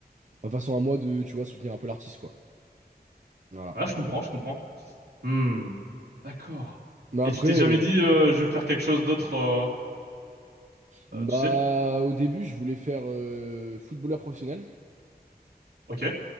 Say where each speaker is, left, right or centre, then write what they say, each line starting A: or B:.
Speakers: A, on the right; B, on the right.
A: ma façon à moi de, tu vois, soutenir un peu l'artiste, quoi. Voilà.
B: Ah, je comprends, je comprends. Hmm. D'accord.
A: Mais
B: Et
A: après.
B: tu t'es jamais
A: euh,
B: dit, euh, je vais faire quelque chose d'autre, euh,
A: Bah,
B: euh, tu sais?
A: au début, je voulais faire euh, footballeur professionnel,
B: Ok.